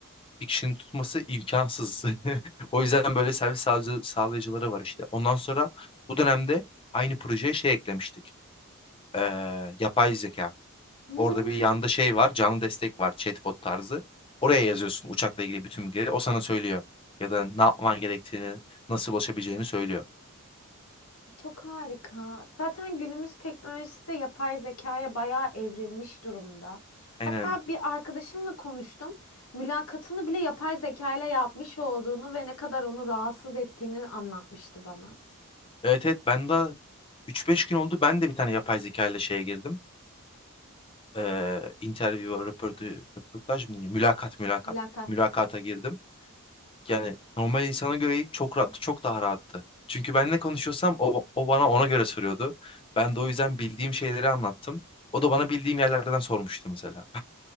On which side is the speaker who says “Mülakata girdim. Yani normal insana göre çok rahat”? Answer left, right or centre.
Left